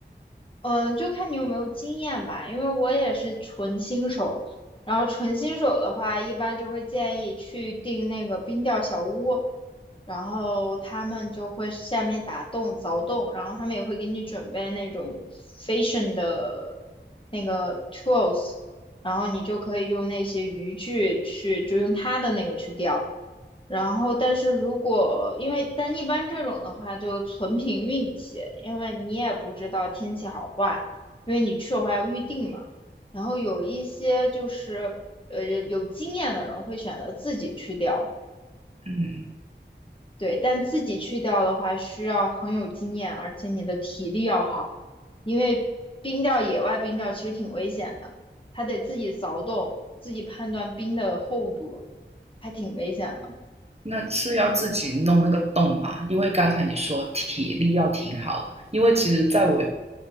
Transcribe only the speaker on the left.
嗯，就看你有没有经验吧。因为我也是纯新手，然后纯新手的话，一般就会建议去订那个冰钓小屋，然后他们就会下面打洞凿洞，然后他们也会给你准备那种 fishing 的那个 tools，然后你就可以用那些渔具去，就用他的那个去钓。然后，但是如果因为但一般这种的话，就纯凭运气，因为你也不知道天气好坏，因为你去的话要预定嘛。然后有一些就是呃有经验的人会选择自己去钓，
对，但自己去钓的话需要很有经验，而且你的体力要好，因为冰钓野外冰钓其实挺危险的，还得自己凿洞，自己判断冰的厚度，还挺危险的。